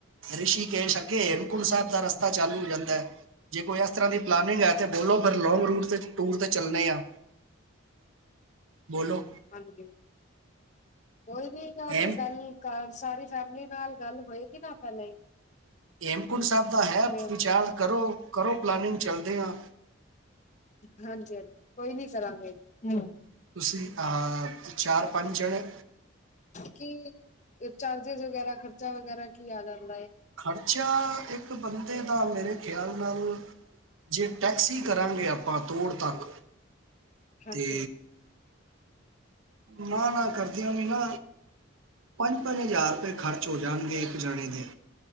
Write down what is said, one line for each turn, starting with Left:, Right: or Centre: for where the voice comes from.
Right: ਰਿਸ਼ੀਕੇਸ਼ ਅੱਗੇ ਹੇਮਕੁੰਟ ਸਾਹਿਬ ਦਾ ਰਸਤਾ ਚਾਲੂ ਹੋ ਜਾਂਦੈ। ਜੇ ਕੋਈ ਇਸ ਤਰ੍ਹਾਂ ਦੀ ਪਲਾਨਿੰਗ ਲੈ ਕੇ ਗਿਓ। ਤੇ ਫਿਰ ਲੌਂਗ ਰੂਟ ਤੇ ਟੂਰ ਤੇ ਚੱਲਣੇ ਆ। ਬੋਲੋ।
Left: ਹਾਂਜੀ। ਕੋਈ ਵੀ ਆਪੇ
Right: ਹੇਮ
Left: ਗੱਲ ਘਰ ਸਾਰੀ ਫੈਮਿਲੀ ਨਾਲ ਗੱਲ ਹੋਏਗੀ ਨਾ ਪਹਿਲੇ।
Right: ਹੇਮਕੁੰਟ ਸਾਹਿਬ ਦਾ ਹੈ
Left: ਤੇ
Right: ਵਿਚਾਰ ਕਰੋ। ਕਰੋ ਪਲਾਨਿੰਗ ਚਲਦੇ ਆ।
Left: ਹਾਂਜੀ ਹਾਂਜੀ ਕੋਈ ਨੀ ਕਰਾਂਗੇ ਜੀ।
Right: ਤੁਸੀਂ ਆ ਚਾਰ-ਪੰਜ ਜਾਣੇ
Left: ਕੀ ਚਾਰਜਿਸ ਵਗੈਰਾ। ਖਰਚਾ ਵਗੈਰਾ ਕੀ ਆ ਜਾਂਦਾ ਏ?
Right: ਖ਼ਰਚਾ ਇੱਕ ਬੰਦੇ ਦਾ ਮੇਰੇ ਖਿਆਲ ਨਾਲ! ਜੇ ਟੈਕਸੀ ਕਰਾਂਗੇ ਆਪਾਂ ਤੋੜ ਤੱਕ
Left: ਹਾਂਜੀ
Right: ਤੇ ਨਾ- ਨਾ ਕਰਦਿਆਂ ਵੀ ਨਾ ਪੰਜ-ਪੰਜ ਹਜ਼ਾਰ ਰੁ ਖਰਚ ਹੋ ਜਾਣਗੇ ਇੱਕ ਜਣੇ ਦੇ